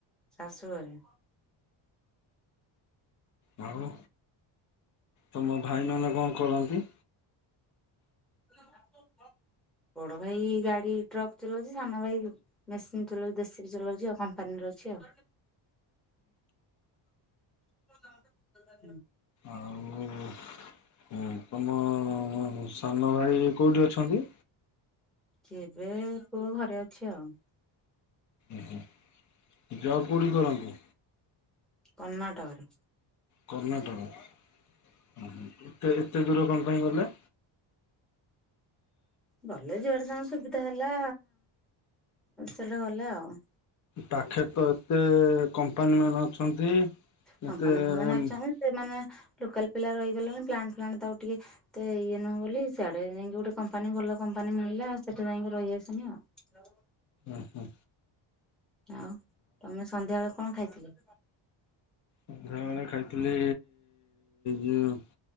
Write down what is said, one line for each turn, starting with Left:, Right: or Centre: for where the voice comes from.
Centre: ଶାଶୁଘରେ।
Left: ଭାଉ ତମ ଭାଇମାନେ କଣ କରନ୍ତି?
Centre: <unintelligible> ବଡ ଭାଇ ଗାଡି ଟ୍ରକ୍ ଚଲାଉଛି। ସାନ ଭାଇ ମେସିନ ଚଉଛି ଯେସିପି ଚଲାଉଛି ଆଉ କମ୍ପାନୀରେ ଅଛି ଆଉ। <unintelligible>
Left: ଆଉ ତମ ସାନ ଭାଇ କୋଉଠି ଅଛନ୍ତି?
Centre: କେବେ ପୁଅ ଘରେ ଅଛି ଆଉ।
Left: ଓହୋ ଯବ୍ କୋଉଠି କରନ୍ତି?
Centre: କର୍ଣ୍ଣାଟକ ରେ।
Left: କର୍ଣ୍ଣାଟକ ଏତେ ଏତେ ଦୂର କଣ ପାଇଁ ଗଲେ?
Centre: ଗଲେ ଯୁଆଡେ ତାଙ୍କ ସୁବିଧା ହେଲା ସେଟା ଗଲେ ଆଉ।
Left: ପାଖେରେ ତ ଏତେ କମ୍ପାନୀ ମାନ ଅଛନ୍ତି।
Centre: କମ୍ପାନ
Left: ଏତେ ଓହୋ
Centre: ଫମ୍ପାନି ଅଛନ୍ତି ସେମାନେ ଲୋକାଲ ପିଲା ରହିଗଲେଣି ପ୍ଲାନ୍ ଫ୍ଲାନ ତାକୁ ଟିକେ ହେତେ ଇଏ ନୁହଁ ବୋଲି ସିଆଡେ ଯାଇକି ଗୋଟେ କମ୍ପାନୀ ଭଲ କମ୍ପାନୀ ମିଳିଲା ସେଠି ଯାଇକି ରହିଆସିନି ଆଉ।
Left: ଓହୋ।
Centre: ଆଉ ତମେ ସନ୍ଧ୍ୟାବେଳେ କଣ ଖାଇଥିଲେ?
Left: ସନ୍ଧ୍ୟା ବେଳେ ଖାଇଥିଲି ଯୋଉ